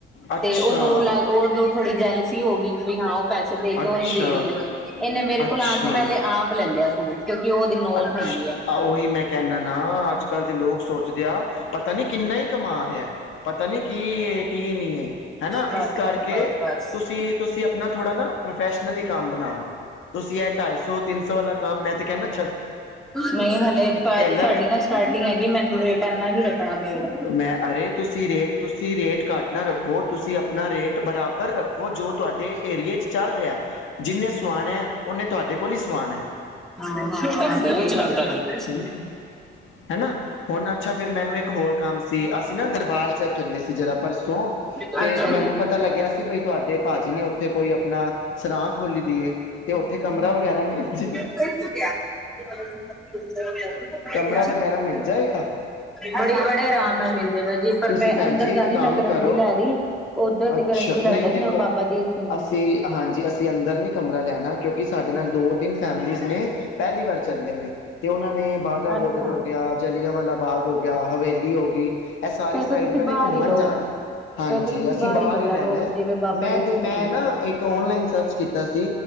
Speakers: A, on the left; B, in the centre.
A: ਅੱਛਾ,
B: ਤੇ ਓਹਨੂੰ ਲੱਗ ਓਨੂੰ ਥੋੜੀ ਜੈਲ ਹੋਗੀ ਬਈ ਹਾਂ ਓ ਪੈਸੇ ਦੇ ਕੇ
A: ਅੱਛਾ,
B: ਓਨੂੰ ਦੇ ਰੀ ਏ ਓ, ਏਨੇ ਮੇਰੇ
A: ਅੱਛਾ,
B: ਕੋਲ ਆਨ ਤੋਂ ਪੈਲੇ ਆਪ ਲੈ ਲੇਆ ਸੀ। ਸੂਟ ਕੇਓਕਿ ਓ ਓਦੀ ਨੋਨ
A: ਅੱਛ
B: ਹੈਗੀ ਐ।
A: ਆ ਓਹੀ ਮੈਂ ਕੈਨਾਂ ਨਾ ਆੱਜ-ਕਾੱਲ ਦੇ ਲੋਕ ਸੋਚਦੇ ਆ, ਪਤਾ ਨੀ ਕਿੰਨਾ ਈ ਕਮਾ ਰੇਐ। ਪਤਾ ਨਈ ਕੀ ਏ ਕੀ ਨਈ ਏ, ਹਨਾ
B: ਬਸ
A: ਏਸ ਕਰਕੇ
B: ਬਸ ਬਸ ਬਸ
A: ਤੁਸੀ-ਤੁਸੀਂ ਅਪਨਾ ਥੋੜਾ ਨਾ, ਪ੍ਰੋਫੈਸ਼ਨਲੀ ਕਾੰਮ ਬਨਾਓ। ਤੁਸੀਂ ਇਹ ਢਾਈ ਸੌ ਤਿੰਨ ਸੌ ਵਾਲਾ ਕੰਮ ਮੈਂ ਤੇ ਕਹਿੰਨਾ
B: ਨਈ ਹਲੇ ਭਾਜੀ
A: ਟੇਲਰ
B: ਸਾਡੀ ਨਾ ਸਟਾਰਟਿੰਗ ਹੈਗੀ, ਮੈਨੂੰ ਰੇਟ ਐਨਾ ਹੀ ਰੱਖਣਾ ਪਏਗਾ।
A: ਮੈਂ ਅਰੇ ਤੁਸੀਂ ਰੇਟ ਤੁਸੀਂ ਰੇਟ ਘੱਟ ਨਾ ਰੱਖੋ ਤੁਸੀਂ ਆਪਣਾ ਰੇਟ ਬਰਾਬਰ ਰੱਖੋ ਦੇਖੋ ਜੋ ਤੁਹਾਡੇ ਏਰੀਏ ਚ ਚੱਲ ਰਿਹਾ ਜਿੰਨੇ ਸੁਆਣਾ ਉੰਨੇ ਤੁਹਾਡੇ ਕੋਲ ਹੀ ਸੁਆਣਾ।
B: <unintelligible>
A: ਠੀਕ ਐ, ਹੈਨਾ ਹੁਣ ਅੱਛਾ ਫਿਰ ਮੈਨੂੰ ਇੱਕ ਹੋਰ ਕੰਮ ਸੀ ਅਸੀਂ ਨਾ ਦਰਬਾਰ ਸਾਹਿਬ ਚੱਲੇ ਸੀ। ਜਰਾ ਪਰਸੋਂ,
B: ਅੱਛਾ
A: ਤੇ ਮੈਨੂੰ ਪਤਾ ਲੱਗਿਆ ਸੀ ਬਈ ਤੁਹਾਡੇ ਭਾਜੀ ਨੇ ਓਥੇ ਕੋਈ ਆਪਣਾ ਸਰਾਂ ਖੋਲੀ ਦੀਏ, ਤੇ ਓਥੇ ਕਮਰਾ ਵਗੈਰਾ ਮਿਲ ਜੇ
B: <inaudible>
A: ਕਮਰਾ ਵਗੈਰਾ
B: ਕ
A: ਮਿਲ ਜਾਏਗਾ?
B: ਬੜੇ ਬੜੇ ਆਰਾਮ ਨਾਲ ਮਿਲਦੇ ਪਏ ਜੀ ਪਰ
A: ਤੁਸੀਂ
B: ਮੈਂ
A: ਭੈਣ
B: ਅੰਦਰ
A: ਜੀ ਇੱਕ
B: ਦਾ ਨੀ
A: ਕੰਮ
B: ਮੈਂ ਗਰੰਟੀ
A: ਕਰੋ
B: ਲੈ ਰਹੀ ਓਦਰ
A: ਅੱਛਾ
B: ਦੀ ਗਰੰਟੀ ਲੈ
A: ਨਹੀਂ
B: ਲੈਨੀ
A: ਦੇਖੋ
B: ਆ, ਬਾਬਾ ਦੀਪ ਸਿੰਘ ਜੀ
A: ਅਸੀਂ
B: ਦੀ।
A: ਹਾਂਜੀ ਅਸੀਂ ਅੰਦਰ ਨੀ ਕਮਰਾ ਲੈਣਾ ਕਿਉਂਕਿ ਸਾਡੇ ਨਾਲ ਦੋ ਤਿੰਨ ਫੈਮਲੀਜ਼ ਨੇ। ਪਹਿਲੀ ਵਾਰ ਚੱਲੇ ਨੇ, ਤੇ ਓਹਨਾਂ ਨੇ ਬਾਗਾ ਬੋਡਰ
B: ਅੱਛਾ
A: ਹੋ ਗੇਆ, ਜਲਿਆਂਵਾਲਾ ਬਾਗ ਹੋ ਗੇਆ, ਹਵੇਲੀ ਹੋ ਗਈ ਐਹ ਸਾਰੀ
B: ਫੇਰ ਤਾਂ
A: ਸਾਈਡ
B: ਤੁਸੀਂ
A: ਉਹਨਾਂ
B: ਬਾਹਰ
A: ਨੇ ਘੁੰਮਨ
B: ਹੀ ਲਓ
A: ਜਾਣਾ।
B: ਫੇਰ
A: ਹਾਂਜੀ,
B: ਤਾਂ ਤੁਸੀਂ
A: ਅਸੀਂ
B: ਬਾਹਰ
A: ਬਾਰ
B: ਹੀ ਕਮਰਾ
A: ਈ
B: ਲਓ
A: ਲੈਨੈ
B: ਜਿਵੇਂ ਬਾਬਾ
A: ਮੈਂ
B: ਦੀਪ ਸਿੰਘ
A: ਮੈਂ
B: ਜੀ ਦੇ
A: ਨਾ ਇੱਕ ਓਨਲਾਈਨ ਸਰਚ ਕੀਤ ਕੀਤਾ ਸੀ